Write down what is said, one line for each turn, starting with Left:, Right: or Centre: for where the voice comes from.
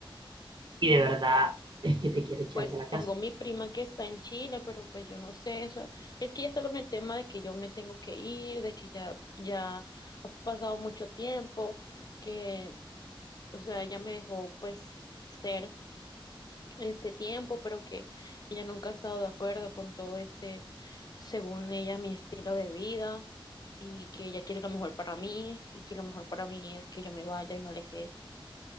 Right: y de verdad es que te quiere echar
Left: pues
Right: de la
Left: tengo
Right: casa.
Left: mi prima que está en Chile, pero pues yo no sé, o sea, es que ya está con el tema de que yo me tengo que ir, de que ya, ya ha pasado mucho tiempo, que, o sea, ella me dejó pues ser este tiempo, pero que ella nunca ha estado de acuerdo con todo este, según ella, mi estilo de vida. y que ella quiere lo mejor para mí, y que lo mejor para mí es que yo me vaya y me aleje de ti.